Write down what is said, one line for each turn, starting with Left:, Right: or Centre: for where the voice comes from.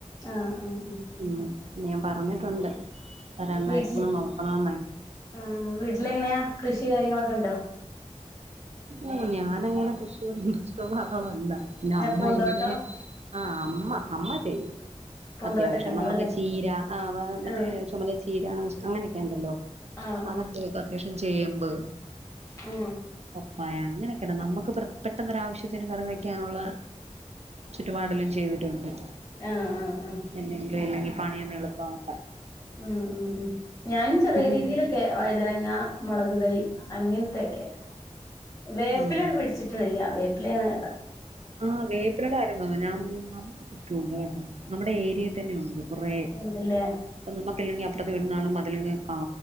Left: ആ ആ ഉം
Right: ഉം ഞാൻ പറഞ്ഞിട്ടുണ്ട് വരാൻ മാക്സിമം
Left: വീട്ടില്
Right: നോക്കണോന്നേ
Left: ആ വീട്ടില എങ്ങനെയാ കൃഷി കാര്യങ്ങളൊക്കെ ഉണ്ടോ
Right: ഓ ഞാനങ്ങനെ കൃഷിയട് ഇൻട്രസ്റ്റ് ഉള്ള ആളല്ല പിന്നെ അമ്മ
Left: പൂന്തോട്ടം
Right: ഇങ്ങനെ ആ അമ്മ അമ്മ ചെയ്യും
Left: പൂന്തോട്ടൊക്കെ
Right: അത്യാവശ്യം
Left: ഉണ്ടാവുംല്ലേ
Right: നമ്മുക്ക് ചീര ആ മറ്റേ
Left: ആഹ്
Right: ചുമല ചീര അങ്ങനെയൊക്കെ ഉണ്ടല്ലോ
Left: ആഹ്
Right: അതൊക്കെ അത്യാവശ്യ ചെയ്യുമ്പോ
Left: ആ
Right: പപ്പായ അങ്ങനെയൊക്കെ നമുക്ക് പ്രേ പെട്ടെന്ന് ഒരുവശ്യത്തിന് കറി വെക്കാനുള്ള ചുറ്റുപാടലും ചെയ്തിട്ടുണ്ട്
Left: ആഹ് ആഹ് ആഹ് ആഹ്
Right: എന്തെങ്കിലല്ലങ്ക പണിയന്ന് എളുപ്പമാക്കാൻ
Left: ഉം ഉം ഉം ഞാനും ചെറിയ
Right: പിന്നെ
Left: രീതിയിലൊക്കെ വഴുതനങ്ങ മുളക് തൈ അങ്ങ തെക്കേ വേപ്പിലോ
Right: ആഹ്
Left: പിടിച്ചിട്ടില്ല വേ ഇലാണ്
Right: ആഹ് വേപ്പിലയുടെ ആരംഭ നമ്മുക്ക് ചുറ്റുമുണ്ട് നമ്മുടെ ഏരിയയിൽ തന്നെ ഉണ്ട് കുറേ ഇപ്പ
Left: ഉണ്ടല്ലേ
Right: നമ്മുക്കല്ലെങ്കി അപ്പുറത്തെ വിടുന്നാളും മ <unintelligible>